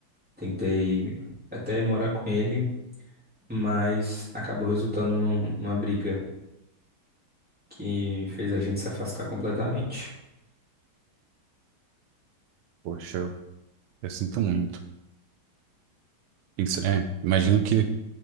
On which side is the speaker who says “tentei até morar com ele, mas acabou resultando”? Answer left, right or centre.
Centre